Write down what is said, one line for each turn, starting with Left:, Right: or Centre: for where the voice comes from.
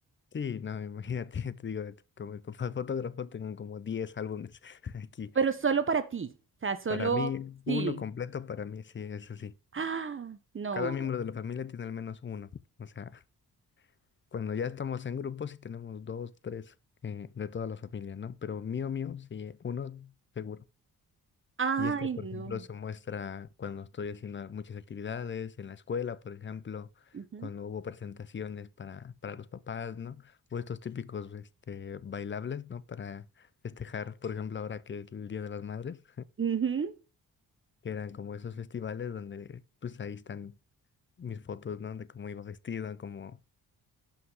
Left: Sí, no, imagínate, <laughs> te digo, como, como fotógrafo tengo como 10 álbumes <laughs> aquí.
Right: Pero solo para ti, o sea, solo...
Left: Para mí,
Right: Sí.
Left: uno completo, para mí, sí, eso sí.
Right: Ah, no.
Left: Cada miembro de la familia tiene al menos uno. O sea, cuando ya estamos en grupos sí tenemos dos, tres eh, de toda la familia, ¿no? Pero mío, mío, sí, eh, uno seguro.
Right: Ay,
Left: Y es que, por
Right: no.
Left: ejemplo, se muestra cuando estoy haciendo muchas actividades en la escuela, por ejemplo,
Right: Ujú.
Left: cuando hubo presentaciones para, para los papás, ¿no? O estos típicos este, bailables, ¿no? Para festejar, por ejemplo, ahora que es el Día de las Madres,
Right: Ujú.
Left: que eran como esos festivales donde, pues ahí están mis fotos, ¿no? De cómo iba vestido, como